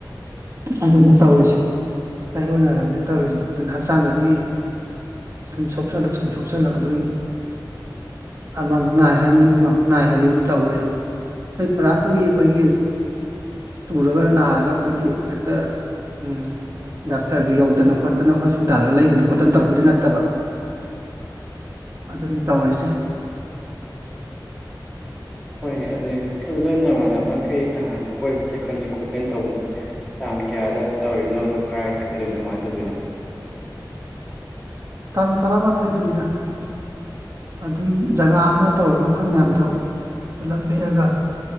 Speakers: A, on the right; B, in the centre.
A: ꯑꯗꯨꯅꯤ ꯇꯧꯔꯤꯁꯦ ꯇꯥꯏꯌꯣꯟꯅꯔꯕꯅꯤꯅ ꯇꯧꯔꯤꯁꯤꯅ ꯑꯗꯨꯅ ꯍꯛꯆꯥꯡꯗꯗꯤ ꯁꯨꯝ ꯁꯣꯛꯆꯤꯜꯂꯛ ꯁꯨꯝ ꯁꯣꯛꯆꯤꯜꯂꯛ ꯑꯗꯨꯝ ꯑꯃꯃꯨꯛ ꯅꯥꯏ ꯍꯥꯏꯅꯤ ꯑꯃꯃꯨꯛ ꯅꯥꯏ ꯍꯥꯏꯅꯤ ꯑꯗꯨꯝ ꯇꯧꯔꯦꯕ ꯑꯩꯣꯏ ꯄꯨꯔꯥ ꯄꯨꯔꯤ ꯑꯩꯈꯣꯏꯒꯤ ꯇꯨꯔꯒ ꯅꯥꯔꯒ ꯑꯩꯈꯣꯏꯒꯤ ꯍꯦꯛꯇ ꯎꯝ ꯗꯥꯛꯇꯔꯒ ꯌꯧꯗꯅ ꯈꯣꯠꯇꯅ ꯍꯣꯁꯄꯤꯇꯥꯜꯒ ꯂꯩꯗꯅ ꯈꯣꯠꯇꯅ ꯇꯧꯕꯗꯤ ꯅꯠꯇꯕ ꯑꯗꯨꯅꯤ ꯇꯧꯔꯤꯁꯦ
B: <inaudible> ꯍꯣꯏꯅꯦ ꯑꯗꯨꯅꯦ ꯑꯗꯨ ꯅꯣꯏ ꯅꯃꯥꯟꯅꯕ ꯃꯈꯩ ꯅꯍꯥꯟ ꯀꯣꯏꯕ ꯆꯠꯀꯅꯤ ꯈꯣꯠꯀꯅꯤ ꯇꯧꯕꯗꯨꯅ ꯀꯌꯥꯗ ꯇꯧꯔꯤꯅꯣ ꯑꯗ‌ꯣ ꯀꯗꯥꯥꯏ ꯆꯠꯀꯗꯣꯏꯅꯣ ꯀꯃꯥꯏꯅ ꯇꯧꯗꯣꯏꯅꯣ
A: ꯇꯥꯡ ꯇꯔꯥꯃꯥꯊꯣꯏꯗꯅꯤꯗ ꯑꯗꯨꯝ ꯖꯒꯥ ꯑꯃ ꯇꯧꯔꯒ ꯑꯩꯈꯣꯏ ꯃꯌꯥꯝꯗꯣ ꯄꯨꯂꯞ ꯂꯦꯛꯑꯒ